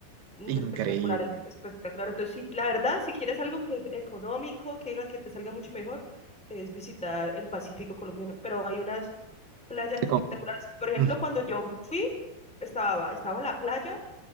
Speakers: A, in the centre; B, on the right.
A: mm,
B: increíble.
A: Espectacular, espectacular. Entonces, sí, la verdad, si quieres algo que económico, que, haga que te salga mucho mejor, es visitar el Pacífico colombiano. Pero hay unas playas
B: Te
A: espectaculares.
B: com-
A: Por ejemplo,
B: ujú.
A: cuando yo fui, estaba, estaba la playa,